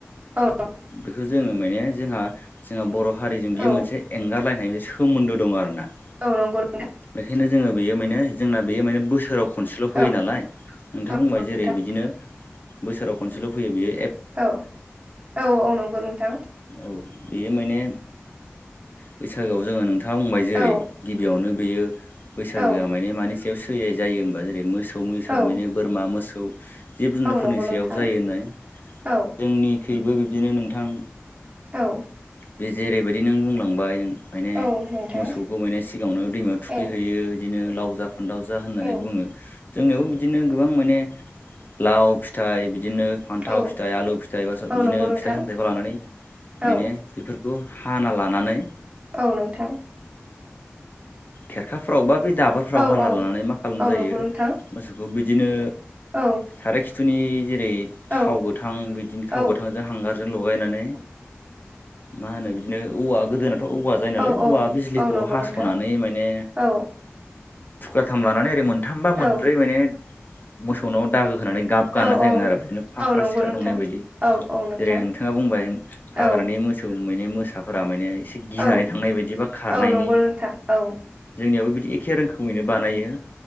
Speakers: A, on the right (about 30°); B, on the left (about 45°).
A: औ
B: बेखौ जोङो माने जोंहा जोंहा बर' हारिजों बियो
A: औ
B: मोनसे एंगारलायनाय मोनसे सोमोन्दो दं आरोना
A: औ नंगौ नोंथां
B: बेखायनो जोङो बेयो माने जोंना बेयो माने बोसोराव खनसेल' फैयो
A: औ
B: नालाय नोंथाङा
A: औ नोंथां
B: बुंबाय जेरै बिदिनो बोसोराव खनसेल' फैयो बियो
A: औ औ औ नंगौ नोंथां
B: औ बेयो माने बैसागोआव जोङो नोंथाङा बुंबाय जेरै
A: औ
B: गिबियावनो बेयो बैसागोआ
A: औ
B: मानि मानि सायाव सोनाय जायो होनबा जेरै मोसौ मोसा
A: औ
B: बिनो बोरमा मोसौ जिब जुनारफोरनि
A: औ नंगौ
B: सायाव
A: नोंथां
B: जायो होननाय
A: औ
B: जोंनिख्रुइबो बिब्दिनो नोंथां
A: औ
B: बे जेरैबायदि नों बुंलांबाय माने
A: औ नोंथां
B: मोसौखौ माने सिगाङावनो थुखैहैयो
A: औ
B: बिदिनो लाव जा फानदाव जा होननानै
A: औ
B: बुङो। जोंनियावबो बिदिनो गोबां माने लाव फिथाइ बि दिनो फान्थाव
A: औ
B: फिथाइ आलु फिथाइ एबा
A: औ
B: बिदिनो
A: नंगौ नोंथां
B: फिथाइ सामथाइखौ लानानै
A: औ
B: माने बेफोर खौ हाना लानानै
A: औ नोंथां
B: खेरखाफ्रावबा बे दाबोरफ्राव
A: औ
B: हानना
A: औ
B: लानानै मा खालामनाय
A: औ
B: जायो
A: नंगौ नोंथां
B: मोसौखौ बिदिनो
A: औ
B: साराय खिथुनि जेरै थाव
A: औ
B: गोथां बिदिनो
A: औ
B: थाव गोथांजों हांगारजों लगायनानै
A: <inaudible>
B: मा होनो बिदिनो औवा गोदोनाथ औवा जायो नालाय
A: औ
B: औवा बिजलिखौ
A: औ नंगौ
B: हासनानै
A: नोंथां
B: माने
A: औ
B: थुख्राथाम लानानै ओरै मोनथामबा मोनब्रै
A: औ
B: माने मोसौनाव दागो होनानै गाब गानना
A: औ
B: जायोमोन आरो बिदिनो फाख्रा-सिख्रा
A: औ नंगौ नोंथां
B: नुनाय बायदि।
A: औ औ नोंथां
B: जेरै नोंथाङा बुंबाय हाग्रानि
A: औ
B: मोसौ मैने मोसाफोरा मैने एसे गिनानै
A: औ
B: थांनाय बायदि बा खारनायनि।
A: औ नंगौ नोंथां औ
B: जोंनियाबो बिदि एखे रोखोमैनो बानायो